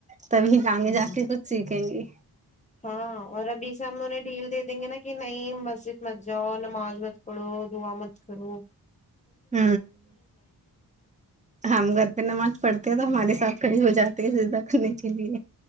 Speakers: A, on the right (about 20°); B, on the left (about 20°).
A: تبھی آگے
B: ہاں
A: جا کے خود سیکھیں گے <inaudible>
B: ہاں اور ابھی سے ہم انہیں ڈھیل دے دیں گے نا کہ نہیں مسجد مت جاؤ نماز مت پڑھو دعا مت کرڑو
A: ہ ہم گھر پہ نماز پڑھتے ہیں تو ہمارے ساتھ کڑے ہو جاتے ہیں زدا کرنے کے لیے